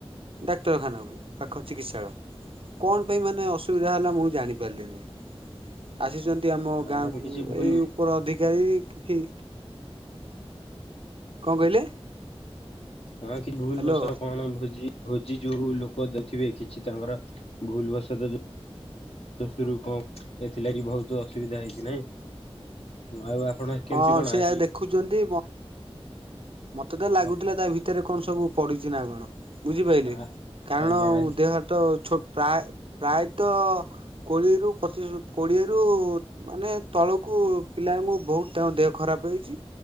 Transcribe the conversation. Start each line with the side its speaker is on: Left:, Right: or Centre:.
Right: ଡାକ୍ତରଖାନାକୁ ପାଖ ଚିକିତ୍ସାଳୟ। କଣ ପାଇଁ ମାନେ ଅସୁବିଧା ହେଲା ମୁଁ ଜାଣିପାରିଲିନି। ଆସିଛନ୍ତି ଆମ
Left: ହଁ
Right: ଗାଁକୁ
Left: କିଛି ଭୁଲ
Right: ଏଇ ଉପର ଅଧିକାରୀ କଣ କହିଲେ?
Left: ହଁ କି ଭୁଲ
Right: ହ୍ୟାଲୋ
Left: ବଶତ କଣ ଭୋଜି ଭୋ ଜି ଯୋଉ ଲୋକ ଦେଖିବେ କିଛି ତାଙ୍କର ଭୁଲବଶତ ଯୋଉ ଏଥିରୁ କଣ ଏଥିଲାଗି ବହୁତ ଅସୁବିଧା ହେଇଛି ନାଇଁ ଆଉ କଣ କେମିତି
Right: ହଁ
Left: କଣ
Right: ସେ
Left: ଆଜି
Right: ଆଉ ଦେଖୁଛନ୍ତି ମତେ ତ
Left: ଆ
Right: ଲାଗୁଥିଲା ତା ଭିତରେ କଣ ସବୁ ପଡିଛି ନା କଣ। ବୁଝିପାରିଲେ
Left: ଆ
Right: କାରଣ
Left: ଆଜ୍ଞା ଆଜ୍ଞା
Right: ଦେହ ଛୋ ପ୍ରାୟ ପ୍ରାୟତଃ କୋଡ଼ିଏରୁ ପଚିଶ୍ କୋଡ଼ିଏରୁ ମାନେ ତଳକୁ ପିଲାଙ୍କୁ ବହୁତ ତାଙ୍କ ଦେହ ଖରାପ ହେଇଛି